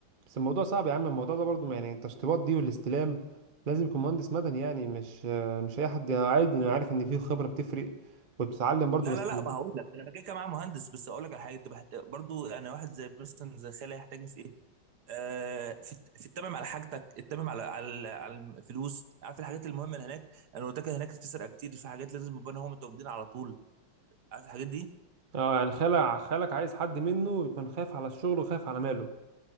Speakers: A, on the right; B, on the right.
A: بس الموضوع صعب يا عم الموضوع ده برضو يعني التشطيبات دي والاستلام لازم يكون مهندس مدني يعني مش مش اي حد انا عادي انا عارف ان فيه خبره بتفرق وبتتعلم برضو
B: لا
A: بس
B: لا لا ما هقول لك انا كده كده معايا مهندس بس اقول لك على حاجه تبقى برضو انا واحد زي مثلا زي خالي هيحتاج في ايه آه، في في التمم على حاجتك التمم على على على الفلوس عارف الحاجات المهمه اللي هناك انا قلت لك هناك في سرقه كتير في حاجات لازم يبقى هم متواجدين على طول عارف الحاجات دي
A: اه يعني خالع خالك عايز حد منه يكون خايف على الشغل وخايف على ماله